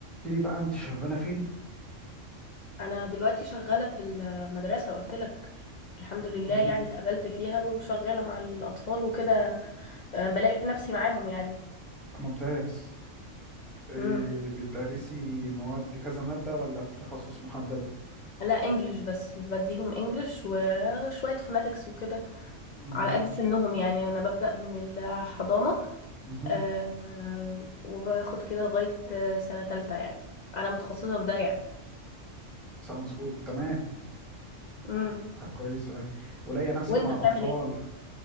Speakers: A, in the centre; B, on the left.
A: قلت لي بقى انت شغاله فين
B: انا دلوقتي شغاله في المدرسه قلت لك الحمد لله
A: مهم.
B: يعني اتقبلت فيها وشغاله مع الاطفال وكده آه، بلاقي نفسي معاهم يعني
A: ممتاز إيه
B: امم
A: بتدرسي مواد كذا ماده ولا في تخصص محدد
B: لا انجلش بس بديهم انجلش وشويه فوناتكس وكده
A: مهم.
B: على قد سنهم يعني انا ببدا من الحضانه
A: امم
B: آه، آه، وباخد كده لغايه آه، سنه تالتة يعني انا متخصصه في ده يعني
A: ساوندز جود تمام
B: امم
A: ح- ح- كويس أهي. ولاقيه نفسك
B: وانت
A: مع
B: بتعمل
A: الاطفال
B: ايه